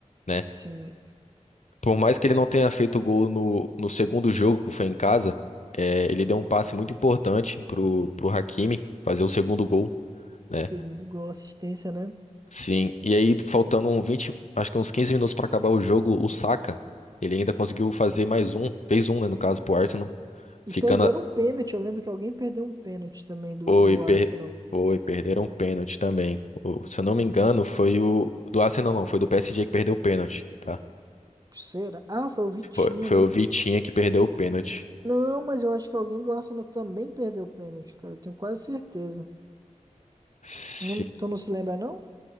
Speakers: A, on the left; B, on the right.
A: né?
B: sim.
A: Por mais que ele não tenha feito gol no, no segundo jogo, que foi em casa, eh, ele deu um passe muito importante pro, pro Hakimi fazer o segundo gol, né?
B: Segundo gol, assistência, né?
A: Sim, e aí faltando um 20, acho que uns 15 minutos para acabar o jogo, o Saka, ele ainda conseguiu fazer mais um, fez um, né, no caso, pro Arsenal,
B: E
A: ficando
B: perderam um pênalti. Eu lembro que alguém perdeu um pênalti também do,
A: Foi,
B: do
A: per...
B: Arsenal.
A: foi, perderam um pênalti também. O- se eu não me engano, foi o do Arsenal, não, foi do PSG que perdeu o pênalti, tá?
B: Será? Ah, foi o Vitinho,
A: Foi, foi
B: né?
A: o Vitinha que perdeu o pênalti.
B: Não, mas eu acho que alguém do Arsenal também perdeu o pênalti, cara. Eu tenho quase certeza.
A: Se-
B: Não- tu não se lembra, não?